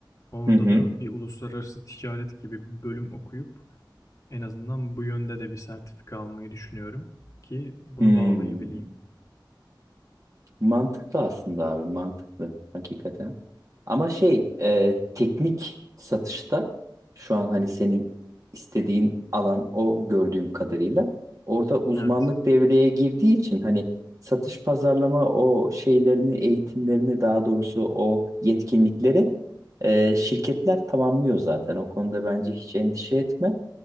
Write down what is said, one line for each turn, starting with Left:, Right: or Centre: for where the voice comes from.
Left: Orada
Right: Hı hı.
Left: da bir uluslararası ticaret gibi bir bölüm okuyup en azından bu yönde de bir sertifika almayı düşünüyorum ki bunu
Right: Hmm.
Left: bağlayabileyim.
Right: Mantıklı aslında abi, mantıklı hakikaten. Ama şey, e, teknik satışta şu an hani senin istediğin alan o gördüğüm kadarıyla orada uzmanlık
Left: Evet.
Right: devreye girdiği için hani satış pazarlama o şeylerini, eğitimlerini daha doğrusu o yetkinlikleri e, şirketler tamamlıyor zaten. O konuda bence hiç endişe etme.